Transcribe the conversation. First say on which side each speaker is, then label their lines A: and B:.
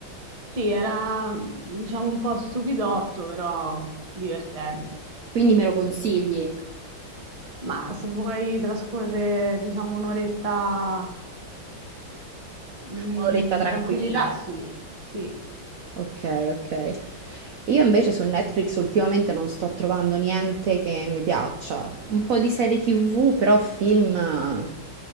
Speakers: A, on the right (about 30°); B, on the right (about 65°).
A: Sì, era diciamo un po' stupidotto, però divertente.
B: quindi me lo consigli,
A: Ma se vuoi trascorrere diciamo un'oretta mm,
B: un'oretta tranquilla.
A: in tranquillità, sì, sì.
B: Ok, ok. Io invece su Netflix ultimamente non sto trovando niente che mi piaccia. Un po' di serie TV, però film eh,